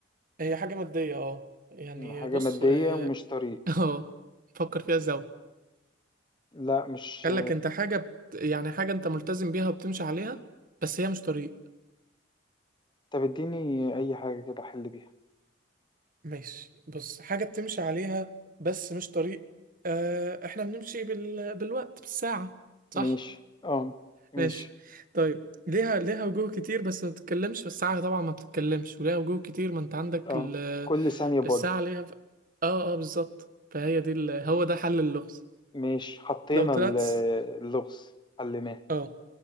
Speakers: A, on the right; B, on the left.
A: هي حاجه ماديه اه يعني
B: مم، حاجة
A: بص
B: مادية
A: اه
B: ومش طريق
A: <laughs> آه، فكر فيها زاوية
B: لا مش
A: قال لك انت حاجه بت... يعني حاجه انت ملتزم بيها وبتمشي عليها بس هي مش طريق
B: طب اديني اي حاجة كده احل بيها
A: ماشي بص حاجة بتمشي عليها بس مش طريق آه احنا بنمشي بال... بالوقت بالساعة صح
B: ماشي اه ماشي
A: ماشي طيب ليها ليها وجوه كتير بس ما بتتكلمش والساعة طبعا ما بتتكلمش وليها وجوه كتير ما انت عندك
B: اه
A: ال...
B: كل ثانية بوجه
A: الساعة ليها ف... اه اه بالظبط فهي دي ال... هو ده حل اللغز
B: ماشي حطينا
A: لو طلعت
B: ال-
A: س-
B: اللغز حليناه
A: اه